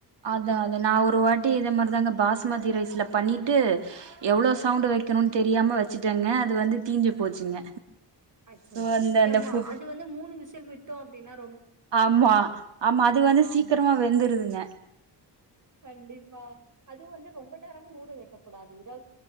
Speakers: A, on the right; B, on the right.
A: அத அத நா ஒரு வாட்டி இத ம அதாங்க பாஸ்மதி ரைஸில பண்ணிட்டு எவ்ளோ சவுண்டு வக்கனு தெரியாம வச்சுட்டேங்க அது வந்து தீஞ்சி போச்சுங்க
B: அச்சோ
A: சோ அந்த அந்த
B: ஏம்மா
A: ஃபு
B: அது வந்து மூணு விசில் விட்டோ அ பினப்
A: ஆமா ஆமா அது வந்து
B: ஆம்
A: சீக்கிரமா வெந்துருதுங்க
B: கண்டிப்பா அதும் வந்து ரொம்ப நேரம் ஊறு வக்கக் கூடாது இதா